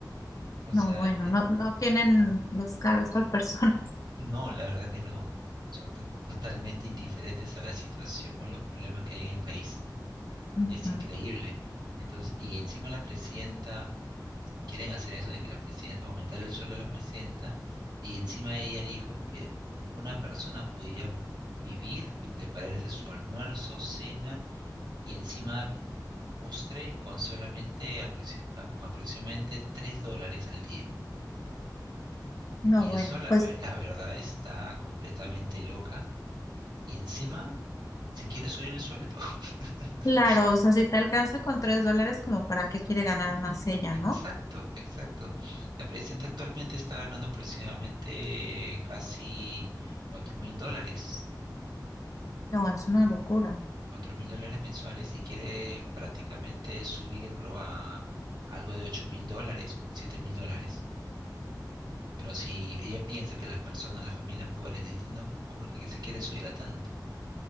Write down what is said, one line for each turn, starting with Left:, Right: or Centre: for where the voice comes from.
Right: O
Left: No,
Right: sea,
Left: bueno, no, no tienen descaro estas personas.
Right: No, la verdad que no. Son to- totalmente indiferentes a la situación o a los problemas que hay en el país.
Left: Ujú.
Right: Es increíble. Entonces, y encima la presidenta, quieren hacer eso de que la presidenta, aumentar el sueldo a la presidenta, y encima ella dijo que una persona podía vivir y prepararse su almuerzo, cena y encima postre con solamente aproxi- a- con aproximadamente 3 dólares al día.
Left: No,
Right: Y
Left: bueno,
Right: eso la,
Left: pues
Right: ve- la verdad está completamente loca. Y encima se quiere subir el sueldo. <laughs>
Left: Claro, o sea, si te alcanza con tres dólares, como para qué quiere ganar más ella,
Right: Exacto,
Left: ¿no?
Right: exacto. La presidenta actualmente está ganando aproximadamente casi cuatro mil dólares,
Left: No, es una locura.
Right: cuatro mil dólares mensuales y quiere prácticamente subirlo a algo de ocho mil dólares, siete mil dólares. Pero si ella piensa que las personas, las familias pobres necesitan tan poco, ¿por qué se quiere subir a tanto?